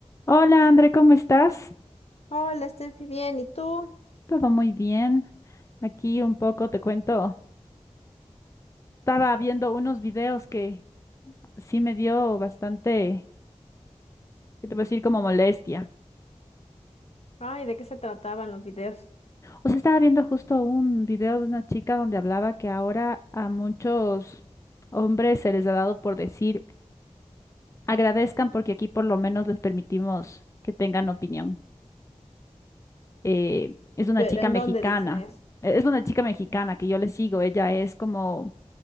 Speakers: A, on the left; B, on the left.
A: Hola André, ¿cómo estás?
B: Hola, Steffi, bien, ¿y tú?
A: Todo muy bien. Aquí un poco te cuento. Estaba viendo unos videos que sí me dio bastante, ¿qué te puedo decir? Como molestia.
B: Ay, ¿de qué se trataban los videos?
A: O sea, estaba viendo justo un video de una chica donde hablaba que ahora a muchos hombres se les ha dado por decir agradezcan porque aquí por lo menos les permitimos que tengan opinión. Eh, es una
B: ¿Pero
A: chica
B: en
A: mexicana.
B: dónde dicen eso?
A: eh, Es una chica mexicana que yo le sigo. Ella es como